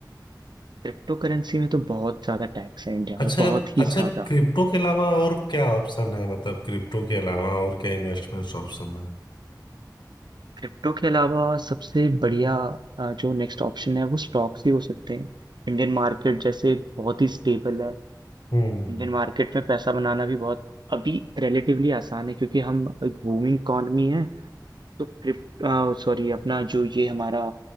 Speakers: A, on the right; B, on the left.
A: क्रिप्टो करेंसी में तो बहुत ज्यादा टैक्स है इंडिया में
B: अच्छा
A: बहुत ही
B: अच्छा
A: ज्यादा
B: क्रिप्टो के अलावा और क्या ऑप्शन है मतलब क्रिप्टो के अलावा और क्या इन्वेस्टमेंट ऑप्शन है
A: क्रिप्टो के अलावा सबसे बढ़िया अ, जो नेक्स्ट ऑप्शन है वो स्टॉक्स ही हो सकते हैं इंडियन मार्केट जैसे बहुत ही स्टेबल है
B: हम्म
A: इंडियन मार्केट में पैसा बनाना भी बहुत अभी रिलेटिवली आसान है क्योंकि हम एक बूमिंग इकॉनमी है तो क्रिप्टो सॉरी अपना जो ये हमारा